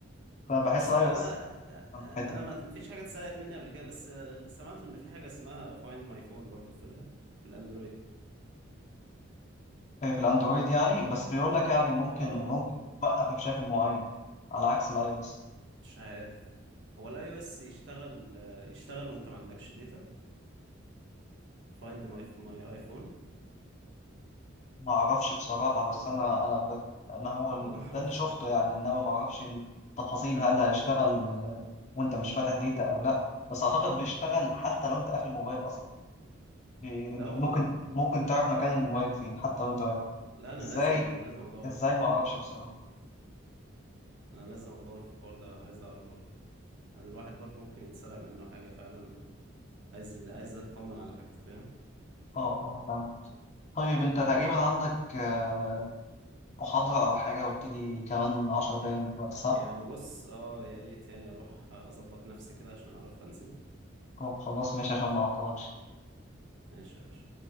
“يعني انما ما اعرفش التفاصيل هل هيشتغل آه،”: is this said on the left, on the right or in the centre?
Left